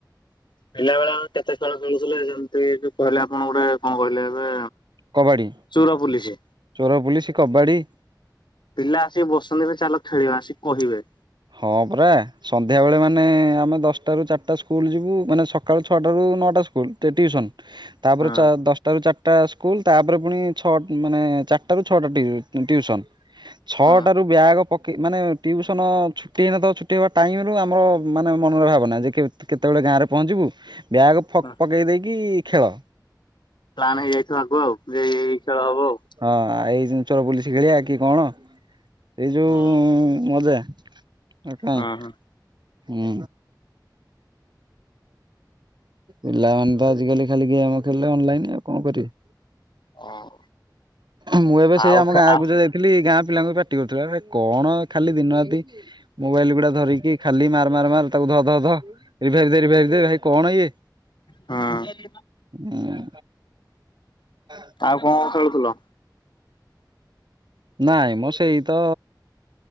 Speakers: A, on the left; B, on the right.
A: ପିଲା ବେଳେ କେତେ ଖେଳ ଚଳୁଥିଲେ ଯେମିତି କହିଲେ ଆପଣ ଗୋଟେ କଣ କହିଲେ ଏବେ
B: କବାଡି
A: ଚୋର ପୁଲିସ
B: ଚୋର ପୁଲିସ କବାଡି
A: ପିଲା ଆସିକି ବସନ୍ତିରେ ଚାଲ ଖେଳିବା ଆସିକି କହିବେ
B: ହଁ ପୁରା ସନ୍ଧ୍ୟାବେେଳେ ମାନେ ଆମେ ଦଶଟାରୁ ଚାରିଟା ସ୍କୁଲ ଯିବୁ ମାନେ ସକାଳୁ ଛଅଟାରୁ ନଅଟା ସ୍କୁ ଲ ଟିଉସନ ତାପରେ
A: ହଁ।
B: ଦଶ ଟାରୁ ଚା ଟା ସ୍କୁଲ ତାପରେ ପୁଣି ଛଅ ମାନେ ଚାରିଟ ର ଛଅଟା ଟିଉସନ ଛଅଟ
A: ହଁ
B: ର ବ୍ୟାଗ ପକେଇ ମାନେ ଟିଉସନ ଛୁଟି ହେଇନଥିବ ତ ଛୁଟି ହବା ଟାଇମ ରୁ ଆମର ମାନେ ମନରେ ଭାବନା ଯେ କେତବେଳେ ଗାଁ ରେ ପହଞ୍ଚିବୁ ବ୍ୟାଗ ଫ
A: ହଁ
B: ପକେଇ ଦେଇକି ଖେଳ
A: ପ୍ଲାନ୍ ହେଇଯାଇଥିବ ଆଗୁଆ ଯେ ଏଇ ଏଇ ଖେଳ ହବ ଆଉ
B: ହଁଉ ଏଇ ଚୋର ପୋଲିସ ଖେଳିବା କି କଣ ଏଇ ଯୋଉ
A: ଆଉ।
B: ଉ ମଜା ଆଉ କାଇଁ
A: ହଁ ହଁ
B: ହୁଁ ପିଲାମାନେ ତ ଆଜିକାଲି ଖାଲି ଗେମ୍ ଖେଳିଲେ ଅନଲାଇନ ଆଉ କଣ କରିବେ
A: ହଁ
B: ମୁଁ ଏବେ ସେଇ
A: ଆଉ
B: ଆମ
A: ଖେ
B: ଗାଁକୁ
A: ଆ
B: ଯଉ ଯା - ଲି ଗାଁ ପିଲାଙ୍କୁ ପାଟି କରୁଥିଲି କଣ ଖାଲି ଦିନ ରାତି ମୋବାଇଲ ଗୁଡା ଧରିକି ଖାଲି ମାର ମାର ମାର ତାକୁ ଧ ଧ ଧ ହେଇ ଦେଖ ଦେଖ ଦେଖ ଦେଖ ଭାଇ କଣ ଇଏ
A: ହୁଁ
B: ହୁଁ <unintelligible>
A: ଆଉ କଣ ଖେଳୁଥିଲ?
B: ନାଇଁ ମୋ ସେଇ ତ